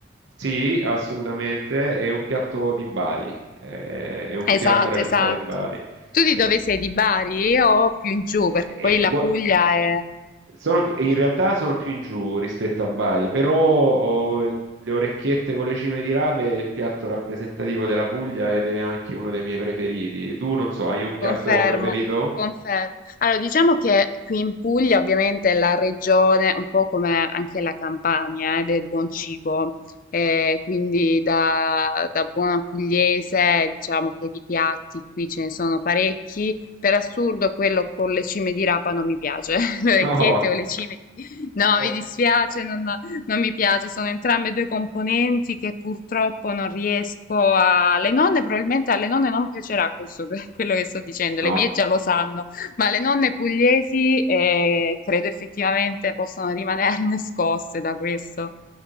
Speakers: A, on the right; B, on the left.
A: Sì, assolutamente. È un piatto di Bari. eh, È un
B: Esatto,
A: piatto della città
B: esatto.
A: di Bari.
B: Tu di
A: E-
B: dove sei? Di Bari o più in giù? Perché
A: e-
B: poi la
A: e gua-
B: Puglia è...
A: sono- in realtà sono più in giù rispetto a Bari, però oh, l- le orecchiette con le cime di rape è il piatto rappresentativo della Puglia ed è anche uno dei miei preferiti. Tu non so, hai un piatto
B: Confermo,
A: preferito?
B: confer Allora, diciamo che qui in Puglia ovviamente è la regione, un po' come anche la Campania, eh, del buon cibo, Eh, quindi da, da buona pugliese diciamo che di piatti qui ce ne sono parecchi. Per assurdo quello con le cime di rapa non mi piace, <laughs> le orecchiette
A: No,
B: o le cime di... No,
A: Ok.
B: mi dispiace, non, non mi piace, sono entrambe due componenti che purtroppo non riesco a... Le nonne, probabilmente alle nonne non piacerà questo, <laughs> quello che sto dicendo, le
A: No.
B: mie già lo sanno, ma le nonne pugliesi eh, credo effettivamente possono rimanerne scosse da questo.